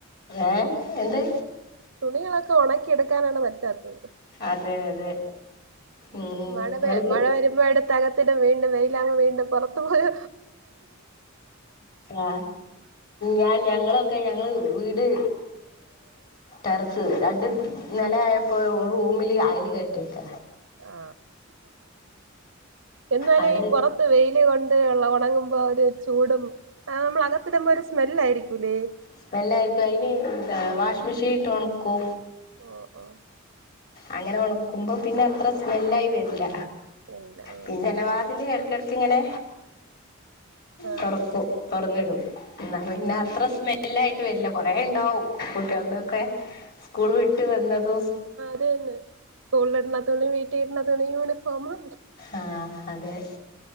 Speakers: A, on the left; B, on the right.
A: ഏ എന്ത്
B: തുണികളൊക്കെ ഉണക്കിയെടുക്കാനാണ് പറ്റാത്തത്
A: അതെ അതെ ഉം
B: മഴ
A: നിങ്ങള്
B: വെ മഴ വരുമ്പോ എടുത്തക വീ വീണ്ടും വെയിലാവും വീണ്ടും പുറത്തു പോയോ
A: ആ ഞാൻ ഞങ്ങള് ക്കെ ഞങ്ങള് വീട് ടെറസ് രണ്ട് നില ആയപ്പോ ഒര് റൂമില് അയൽ കെട്ടിയേക്ക
B: ആ എന്നാലേ
A: അവിടെ
B: ഈ കൊറ ത്ത്‌ വെയില് കൊണ്ട് ള്ള ഉണങ്ങുമ്പോ ഒര് ചൂടും ആ നമ്മള് അകത്തിടുമ്പോ ഒരു സ്മെല്ല് ആയിരിക്കൂല്ലേ
A: സ്മെല്ലായിരിക്കും അതിന് വാഷി മെഷീൻട്ട് ഉണക്കൂ
B: ഓ ഹൊ
A: അങ്ങനെ ഒണക്കുമ്പോ പിന്നെ അത്ര
B: ഉം
A: സ്മെല്ലായി വരില്ല
B: പിന്നെ ആ
A: പിന്നെഎന്നെപാ തില് എടക്കെടക്കിങ്ങനെ
B: ആ
A: തൊറക്കൂ തൊറന്നിടൂ എന്നാ പിന്നെ
B: ആ
A: അത്ര സ്മെല്ലായിട്ട് വരില്ല കൊറെേ ഉണ്ടാവും കുട്ടൃളുതൊക്കെ
B: ഉം
A: സ്കൂള് വിട്ട് വന്നതും
B: അതെന്നെ സ്കൂളിട്ണ തുണി വീട്ടിലിട്ണ തുണി യൂണിഫോംമ്
A: ആഹ് അതെ